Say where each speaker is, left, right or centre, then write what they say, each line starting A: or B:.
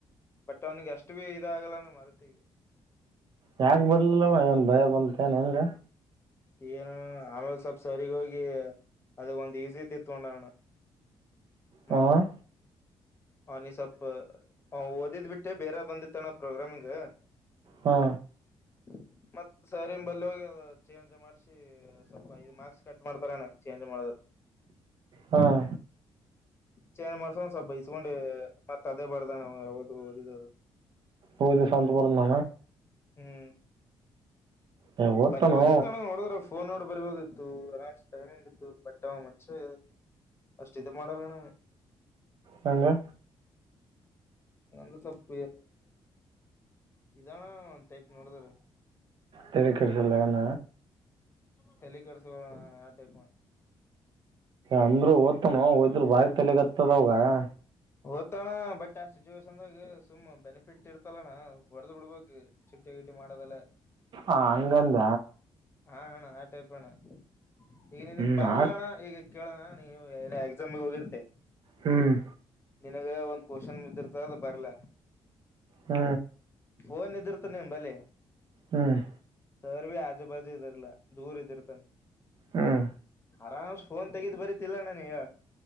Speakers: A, on the left (about 25°); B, on the right (about 50°).
A: ಬಟ್ ಅವನಿಗೆ ಅಷ್ಟ ಭೀ ಇದಾಗಲ್ಲಾನ ಮರ್ತೀವಿ
B: ಯಾಕ ಬರ್ಲಿಲ್ಲವ ಏನ್ ಭಯ ಬಂತ ಏನ್ ಹೆಂಗ
A: ಏನ ಆಮೇಾಗ ಸ್ವಲ್ಪ್ ಸರಿಗ ಹೋಗಿ ಅದ ಒಂದ್ ಈಸಿ ಇದ ಇತ್ಕೊಂಡಣ್ಣ ಮಾತಾಡ
B: ಹಾಂ
A: ಹ ನೀಿಸಪ್ ಓದಿದ್ ಬಿಟ್ಟೆ ಬೇರೆ ಬಂದಿತ್ತಣ್ಣ ಪ್ರೋಗ್ರಾಮಿಂಗ
B: ಹಾ
A: ಹ ಮತ್ತತ್ ಸರಿ ಬಲ್ ಹೋಗಿ ಚೇಂಜ್ ಮಾಡ್ಸಿ ಸ್ವಲ್ಪ ಐದು್ ಮಾರ್ಕ್ಸ್ ಕಟ್ ಮಾಡ್ತಾರನ ಚೇಂಜ್ ಮಾಡಿದ್ರ
B: ಹಾಂ
A: ಚಾರ ಮಾಡರ್ಸ ಸ ಬೈಸ್ಕೊಂಡೆ ಮತ್ ಅದೇ ಬರ್ದನ್ ನವು ಯಾವದು ಓದಿದ ಅದು
B: ಹದ ಶಾಂತಪರಣ
A: ಹ್ಮ್
B: ಏ ಓದ್ತಾನೋ
A: ಬರಬೋದ ಐತಣ ನೋಡುದ್ರ ಫೋನ್ ನೋಡ ಬರ್ಬೋದಿತ್ತು ಆರಾಮ್ ಟೈಮಿಂಗ್ ಇತ್ತು ಬಟ್ಟ ಅವ ಮಂಷೆ ಸ್ಟ್ ಇದು ಮಾಡೋಡಲಣ
B: ಹಗೆ
A: ದ ಸಪ್ಪ ಇದಾನ ಒ ಟೈಪ್ ನೋಡದರು
B: ತರಿಕಡೆಸಲ್ಲಣ
A: ತಲ್ಲಿ ಕಡಸುಣ ಆ ಟೈಪ್
B: ಅಂದ್ರು ಓದ್ತಾನ ನೊ ಓದಿದ್ರಾ ಬಾರಿ ತಲೆಗ್ ಆತದ ಅವಾಗ
A: ಓದ್ತಣ್ಣ ಬಟ್ ಆ ಸಿಚುವೇೇಶನ್ದಾಗ ಸುಮ್ ಬೆನಿಫಿಟ್ ಇರ್ತಲ್ಲಣ್ಣ ಹೊಡೆದ್ ಬಿಡ್ಬಕ್ ಚುಟ್ಟಿ ಸಿಇಟಿ ಮಾಡೋದಲ್ಲ
B: ಹಾ- ಹಂಗಂತ
A: ಹಾ- ಅಣ್ಣ ಆ ಟೈಪ್ ಅಣ್ಣ ಈಗ ನಿನಗ್
B: ಹ್ಞೂ
A: ಬರ್ಲ
B: ಆಯ್ತು
A: ಅಣ್ಣ ಈಗ ಕೇಳೋಣ ನೀವು ಏನ ಎಕ್ಸಾಮಿಗೆ ಹೋಗಿರ್ತೆ.
B: ಹ್ಮ್
A: ನಿನಗ ಒಂದ್ ಕ್ವಶನ್ ಬಿದಿರ್ತ ಅದ ಬರ್ಲ.
B: ಹ್ಮ್
A: ಫೋನ್ ಇದಿರ್ತ ನಿಮ ಬಲಿ.
B: ಹ್ಮ್
A: ಸರ್- ಭ-ಆಜು ಬಾಜು ಇದರ್ಲಾ ದೂರ್ ಇದಿರ್ತನ್.
B: ಹ್ಞೂ
A: ಆರಾಮ್ಸ ಫೋನ್ ತೆಗದ್ ಬರಿತಿಲ್ಲಣನ ಈಗ.